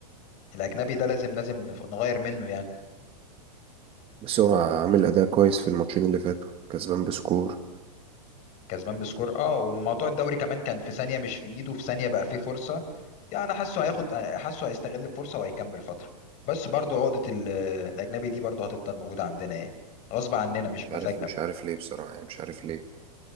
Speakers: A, on the left; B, on the right.
A: الأجنبي ده لازم لازم نف- نغير منه يعني
B: بس هو عامل أداء كويس في الماتشين اللي فاتوا كسبان بسكور
A: كسبان بسكور اه وموضوع الدوري كمان كان في ثانية مش في ايده في ثانية بقى فيه فرصة يعني انا حاسه هياخد حاسه هيستغل الفرصة وهيكمل فترة بس برضو عقدة ال- الاجنبي دي برضو هتفضل موجودة عندنا يعني غصب عننا مش
B: مش
A: مزاجنا
B: عارف مش عارف ليه بصراحة يعني مش عارف ليه